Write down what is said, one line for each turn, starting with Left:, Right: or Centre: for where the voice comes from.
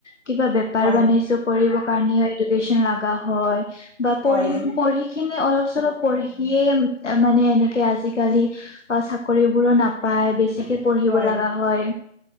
Left: কিবা বেপাৰ-বাণিজ্য
Right: হয়
Left: কৰিব। বানিয়ৰ এডুকেশ্বন লাগা হয় বা
Right: হয়
Left: পঢ়ি পঢ়ি কেনে অলপ অলপ চলপ পঢ়িহে মানে এনেকে আজিকালি অ' চাকৰি বোৰো নাপাই। নাপায় বেছ ছিকে পঢ়িব
Right: হয়
Left: লাগা হয়,